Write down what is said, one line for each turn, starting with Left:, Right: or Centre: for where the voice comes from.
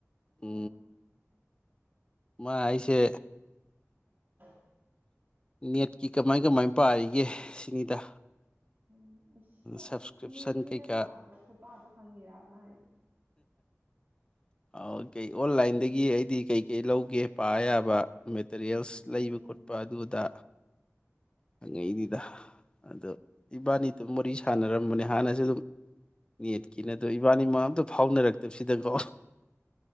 Left: ꯎ
Right: ꯑ
Left: ꯃꯥ ꯑꯩꯁꯦ
Right: ꯍ
Left: ꯅꯦꯠꯀꯤ ꯀꯃꯥꯏ ꯀꯃꯥꯏ ꯄꯥꯔꯤꯒꯦ ꯁꯤꯅꯤꯗ
Right: ꯎꯝ ꯑ
Left: ꯁꯞꯁꯀ꯭ꯔꯤꯞꯁꯟ
Right: ꯃꯤ ꯃꯤꯅ
Left: ꯀꯩꯀꯥ
Right: ꯄꯥꯕ ꯈꯨꯣꯄꯥꯗꯣ ꯍꯪꯉꯤꯔꯛꯑꯃ ꯍꯥꯏꯁ
Left: ꯑꯣ ꯑꯣꯟꯂꯥꯏꯟꯗꯒꯤ ꯑꯩꯗꯤ ꯀꯩꯀꯩ ꯂꯧꯒꯦ ꯄꯥ ꯌꯥꯕ ꯃꯦꯇꯔꯤꯌꯦꯜꯁ
Right: ꯎꯝ ꯎꯝ ꯎꯝ
Left: ꯂꯩꯕ
Right: ꯎꯝ
Left: ꯈꯣꯠꯄ ꯑꯗꯨ ꯑꯗ ꯍꯪꯉꯛꯢ ꯅꯤꯗ ꯑꯗꯣ ꯏꯕꯥꯅꯤꯗꯨꯝ ꯋꯥꯔꯤ ꯁꯥꯟꯅꯔꯝꯕꯅꯦ ꯍꯥꯟꯅꯁꯨ ꯑꯗꯨꯝ ꯅꯦꯠꯀꯤꯅꯦ ꯑꯗꯣ ꯏꯕꯥꯅꯤꯃꯛ ꯑꯝꯇ ꯐꯥꯎꯅꯔꯛꯇꯕꯁꯤꯗꯀꯣ